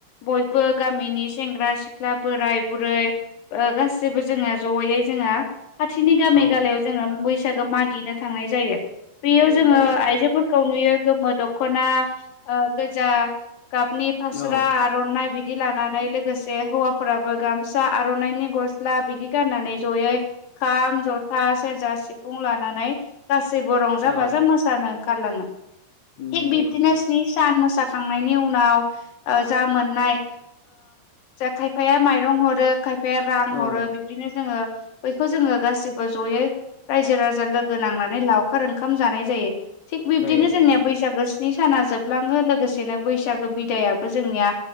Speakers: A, on the left (about 65°); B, on the left (about 85°).
A: बयबो गामिनि सेंग्रा सिख्ला बोराय बुरै गासैबो जोङो जयै जोङा खाथिनि गामि
B: औ
A: गालायाव जोङो बैसागो मागिनो थांनाय जायो। बेयाव
B: जायो
A: जोङो
B: जायो जायो
A: आइजोफोरखौ नुयो गोमो दखना गोजा गाबनि फास्रा
B: औ
A: आर'नाय बिमा दानाय लोगोसे हौवाफोराबो गामसा आर'नाइनि गस्ला बिदि गाननानै जयै खाम जथा सेरजा सिफुं लानानै गासैबो रंजा
B: औ
A: बाजा मोसानो ओंखारलाङो। थिग
B: नंगौ
A: बिबदिनौ
B: नंगौ
A: सान मोसा खां खांनायनि उनाव जा मोननाय खायफाया माइरं हरो खायफाया रां
B: औ
A: हरो बिब्दिनो जोङो बैखौ जोङो गासिबो जयै रायजो राजा लोगो नांनानै लावखार ओंखाम जानाय जायो। थिक बिबदिनो
B: जायो जायो
A: जोंनिया बैसागो स्नि साना जोबलाङो लोगोसेनो बैसागो बिदायाबो जोंनिया